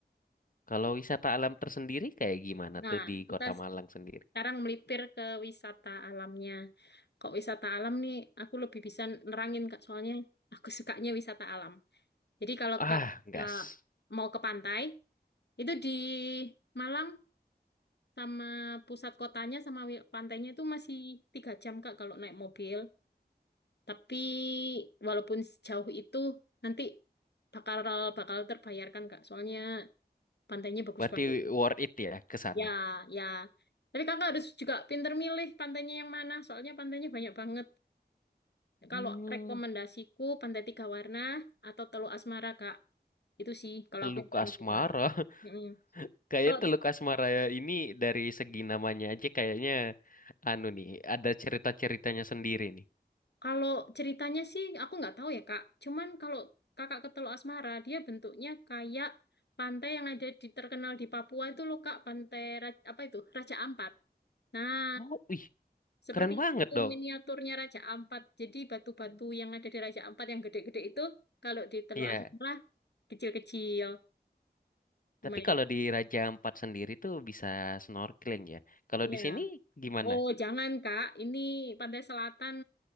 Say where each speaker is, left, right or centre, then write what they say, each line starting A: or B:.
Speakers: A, on the left (about 55°); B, on the left (about 80°).
A: kalau wisata alam tersendiri kayak gimana
B: Nah,
A: tuh di
B: kita
A: kota Malang sendiri
B: sekarang melipir ke wisata alamnya. Kok wisata alam nih aku lebih bisa nerangin Kak soalnya aku sukanya wisata alam. Jadi kalau
A: ah
B: Kak
A: gas
B: eh, mau ke pantai Itu di Malang sama pusat kotanya sama wi- pantainya itu masih tiga jam Kak kalau naik mobil. Tapi walaupun sejauh itu nanti bakal bakal terbayarkan Kak. Soalnya pantainya bagus
A: Berarti
B: banget.
A: worth it ya ke sana.
B: Ya, ya. Tapi Kakak harus juga pinter milih pantainya yang mana. Soalnya pantainya banyak banget.
A: Hmm,
B: Kalau rekomendasiku pantai tiga warna atau Teluk Asmara Kak. Itu sih kalau
A: Teluk
B: aku yang paling
A: Asmara.
B: suka.
A: <laughs>
B: Mm-mm.
A: Kayak
B: Kalau
A: Teluk Asmara ini dari segi namanya aja kayaknya anu nih, ada cerita-ceritanya sendiri nih.
B: Kalau ceritanya sih aku nggak tahu ya Kak. Cuman kalau Kakak ke Teluk Asmara, dia bentuknya kayak pantai yang ada di terkenal di Papua itu loh Kak, pantai Ra- apa itu? Raja Ampat. Nah,
A: Oh, ih,
B: seperti
A: keren banget
B: itu
A: dong.
B: miniaturnya Raja Ampat. Jadi batu-batu yang ada di Raja Ampat yang gede-gede itu kalau di Teluk
A: Iya,
B: Asmara kecil-kecil. Lumayan.
A: tapi kalau di Raja Ampat sendiri tuh bisa snorkeling ya. Kalau
B: Ya.
A: di sini gimana?
B: Oh, jangan Kak, ini pantai selatan